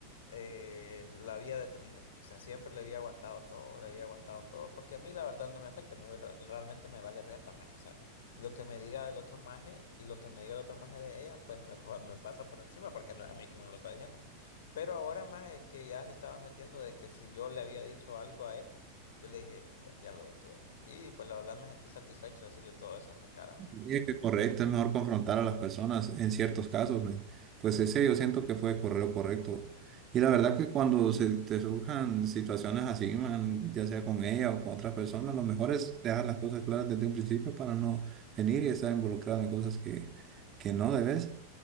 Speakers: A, on the left; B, on the right.
A: eh, la había detenido, o sea, siempre le había aguantado todo, le había aguantado todo, porque a mí la verdad no me afecta, me, re- realmente me vale reata, maje, o sea, lo que me diga del otro maje y lo que me diga el otro maje de ella, pues me, fa- me pasa por encima porque no es a mí que me lo está diciendo, pero ahora maje que ya se estaba metiendo de que si yo le había dicho algo a él, yo le dije, bueno, ya lo detuve, maje". y pues la verdad me sentí satisfecho de decirle todo eso en la cara, maje.
B: Sí, correcto, es mejor confrontar a las personas en ciertos casos, men. Pues ese yo siento que fue corre- lo correcto. Y la verdad que cuando se te surjan situaciones así, man, ya sea con ella o con otras personas, lo mejor es dejar las cosas claras desde un principio para no venir y estar involucrado en cosas que, que no debes